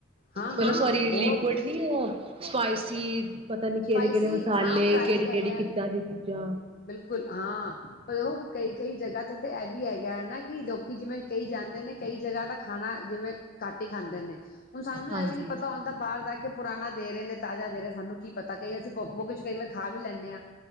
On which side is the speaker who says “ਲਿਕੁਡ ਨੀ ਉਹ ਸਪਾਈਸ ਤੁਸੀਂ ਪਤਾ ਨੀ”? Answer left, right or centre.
Right